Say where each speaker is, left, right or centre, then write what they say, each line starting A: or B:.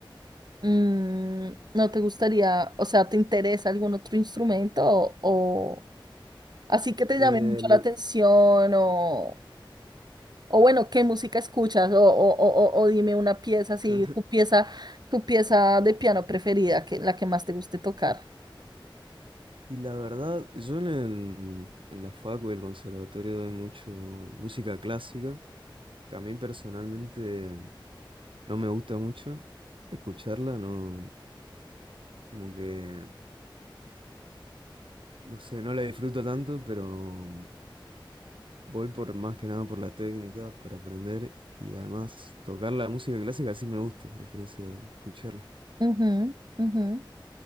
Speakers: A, on the right; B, on the right.
A: mm, ¿no te gustaría, o sea, te interesa algún otro instrumento o, o así que te
B: El-
A: llame mucho la atención o, O bueno, ¿qué música escuchas? O, o, o, o o dime una pieza así,
B: <laughs>
A: tu pieza, tu pieza de piano preferida, que, la que más te guste tocar.
B: Y la verdad, yo en, el- mm, en la facu y el conservatorio doy mucho música clásica, que a mí personalmente no me gusta mucho escucharla, no, como que, no sé, no la disfruto tanto, pero mm, Voy por más que nada por la técnica para aprender y además tocar la música clásica sí me gusta, a diferencia de escucharla.
A: Ujú, ujú.